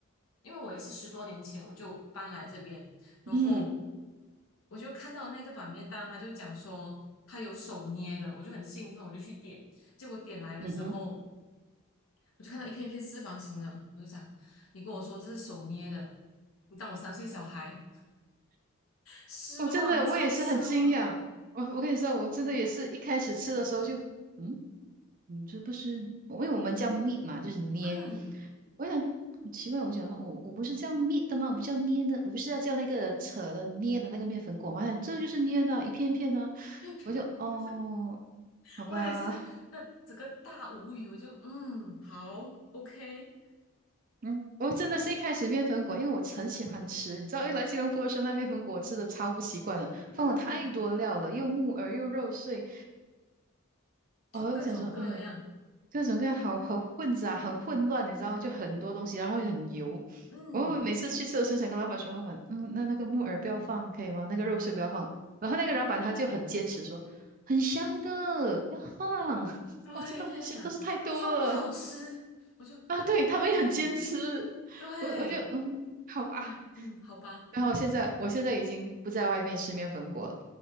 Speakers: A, on the left (about 70°); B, on the right (about 40°).
A: 因为我也是十多年前我就搬来这边，然后
B: 嗯
A: 我就看到那个板面档，他就讲说他有手捏的，我就很兴奋，我就去点。结果点来的时候，
B: 嗯哼，
A: 我就看到一片一片四方形了，我就想，你跟我说这是手捏的，你当我三岁小孩，失望，
B: 我真的我也是很惊讶。
A: 超失望。
B: 我我跟你说，我真的也是一开始吃的时候就，嗯，你这不是，因为我们叫 meet 嘛，就是捏。
A: 嗯，
B: 我想奇怪，我想说，我我不是叫 meet 的吗？我不叫捏的，我不是要叫那个扯的捏的那个面粉果吗？我想这就是捏的啊一片片的啊
A: 一片片，
B: 我就哦，好吧，
A: 我也是，那整个大无语，我就嗯，好，OK，
B: 嗯，我真的是一开始面粉果，因为我很喜欢吃，你知道，一来吉隆坡的时候，那面粉果我吃的超不习惯的，
A: 嗯，
B: 放了太多料了，又木耳又肉碎。
A: 就各种各样，
B: 哦，我想说，哎呦。各种各样好好混杂，很混乱，你知道，就很多东西，然后又很油。
A: 嗯，
B: 我每次去吃，我很想跟老板说，老板，嗯，那那个木耳不要放，可以吗？那个肉碎不要放。然后那个老板他就很坚持说，很香的，要放。<laughs>
A: 对，
B: 我知道很香，
A: 就在讲不放不好吃，
B: 但是太多了
A: 我就
B: 啊。对，他们也很坚持，
A: 嗯，对，
B: 我我就嗯，好吧。
A: 嗯嗯，好吧，
B: 然后现在我现在已经不在外面吃面粉果了，
A: 嗯，